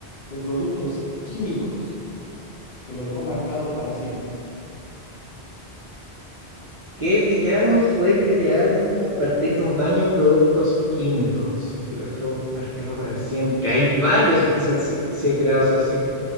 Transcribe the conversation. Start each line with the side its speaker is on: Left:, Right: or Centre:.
Left: de productos químicos que lo dejó marcado para siempre?
Right: ¿Qué villano fue creado a partir de un baño de productos químicos? Que lo dejó marcado para siempre. Hay varios que se han si- sido creados así.